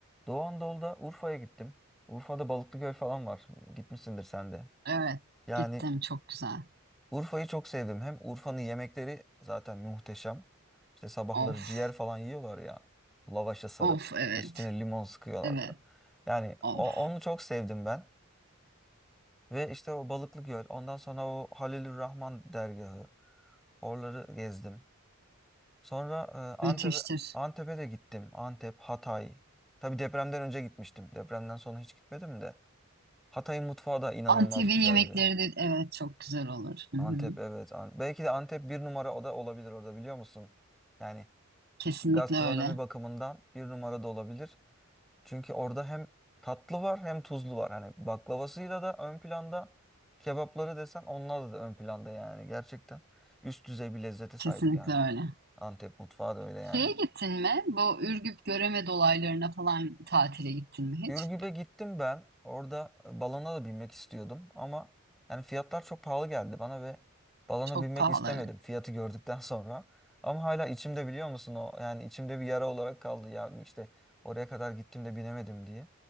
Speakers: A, in the centre; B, on the right.
A: Doğu Anadolu'da Urfa'ya gittim. Urfa'da Balıklıgöl falan var. Gitmişsindir sen de.
B: Evet,
A: Yani
B: gittim. Çok güzel.
A: Urfa'yı çok sevdim. Hem Urfa'nın yemekleri zaten muhteşem. İşte sabahları
B: Of,
A: ciğer falan yiyorlar ya. Lavaşa sarıp
B: of, evet,
A: üstüne limon sıkıyorlar.
B: evet,
A: Yani
B: of.
A: o, onu çok sevdim ben. Ve işte o Balıklıgöl, ondan sonra o Halilur Rahman dergahı. Oraları gezdim. Sonra e,
B: Müthiştir.
A: Antep'e Antep'e de gittim. Antep, Hatay. Tabii depremden önce gitmiştim. Depremden sonra hiç gitmedim de. Hatay'ın mutfağı da inanılmaz
B: Antep'in
A: güzeldi.
B: yemekleri de evet çok güzel olur. Hı
A: Antep
B: hı.
A: evet. An- Belki de Antep bir numara o da olabilir orada biliyor musun? Yani
B: Kesinlikle
A: gastronomi
B: öyle.
A: bakımından bir numara da olabilir. Çünkü orada hem tatlı var hem tuzlu var. Hani baklavasıyla da ön planda kebapları desen onlar da ön planda yani gerçekten. Üst düzey bir lezzete
B: Kesinlikle
A: sahip yani.
B: öyle.
A: Antep mutfağı da öyle yani.
B: Şeye gittin mi? Bu Ürgüp Göreme dolaylarına falan tatile gittin mi hiç?
A: Ürgüp'e gittim ben. Orada e, balona da binmek istiyordum ama yani fiyatlar çok pahalı geldi bana ve balona
B: Çok
A: binmek
B: pahalı.
A: istemedim
B: evet.
A: fiyatı gördükten <laughs> sonra. Ama hala içimde biliyor musun o yani içimde bir yara olarak kaldı ya işte oraya kadar gittim de binemedim diye.